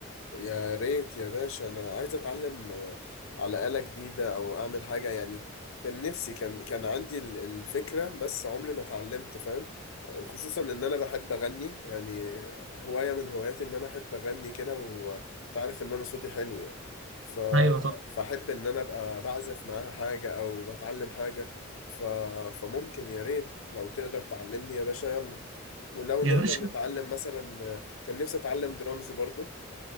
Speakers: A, on the left; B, on the right.
A: يا ريت يا باشا انا عايز اتعلم آه، على آلة جديدة او اعمل حاجة يعني كان نفسي كان كان عندي ال- الفكرة بس عمري ما اتعلمت فاهم آه، خصوصا ان انا بحب اغني يعني هواية من هواياتي ان انا احب اغني كده وتعرف ان انا صوتي حلو يعني ف...
B: أيوه طبعا
A: فاحب ان انا ابقى بعزف معاها حاجة او بتعلم حاجة ف... فممكن يا ريت لو تقدر تعلمني يا باشا يلا ولو
B: يا
A: نقدر
B: باشا
A: نتعلم مثلا آه، كان نفسي اتعلم درامز برضو